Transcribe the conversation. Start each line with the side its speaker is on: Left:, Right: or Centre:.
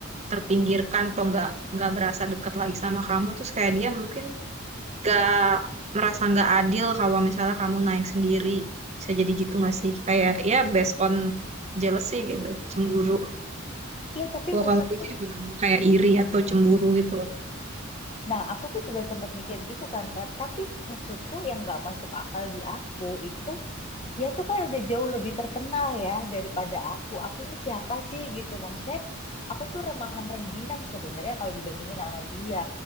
Right: terpinggirkan atau nggak nggak berasa deket lagi sama kamu terus kayak dia mungkin nggak merasa nggak adil kalau misalnya kamu naik sendiri bisa jadi gitu nggak sih kayak ya based on jealousy gitu cemburu
Left: Iya tapi
Right: kalau
Left: maksudku
Right: kamu pikir gimana kayak iri atau cemburu gitu
Left: nah aku tuh juga sempat mikir gitu kan Fat tapi maksudku yang nggak masuk akal di aku itu dia tuh kan udah jauh lebih terkenal ya daripada aku. Aku ini siapa sih gitu? Maksudnya aku tuh remahan rengginang sebenarnya kalau dibandingin sama dia.